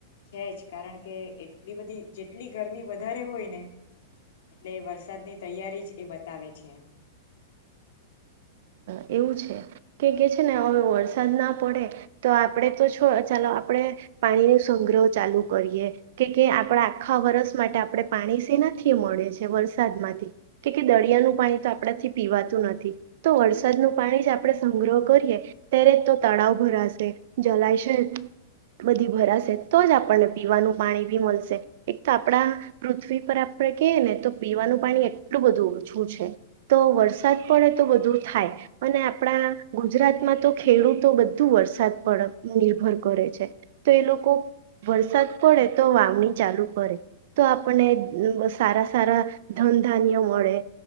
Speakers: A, on the left (about 65°); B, on the right (about 55°).
A: છે જ કારણ કે એટલી બધી જેટલી ગરમી બધારે હોય ને એટલે એ વરસાદની ત્યારી જ એ બતાવે છે.
B: એવું છે કે કે છે ને હવે વરસાદ ના પડે તો આપણે તો છો ચાલો આપણે પાણી ન સંગ્રહ ચાલુ કરીએ કે કે આપણા આખા વર્ષ માટે આપણે પાણી સેના થી મળે છે વરસાદ માંથી કે દરિયાનું પાણી તો આપણાથી પીવાતું નથી તો વરસા વરસાદનું પાણી જે આપણે સંગ્રહ કરીએ ત્યારે તો તળાવ ભરાશે જલાશય બધી ભરાશે તો જ આપણને પીવાનું પાણી બી મળશે એક તો આપણા પૃથ્વી પર આપણે કહી ને તો પીવાનું પાણી એટલું બધું ઓછું છે તો વરસાદ પડે તો બધું થાય અને આપણા ગુજરાતમાં તો ખેડૂતો બધું વરસાદ પડે નિર્ભર કરે છે તો એ લોકો વરસાદ પડે તો વાવણી ચાલુ કરે તો આપણને સારા સારા ધનધાન્ય મળે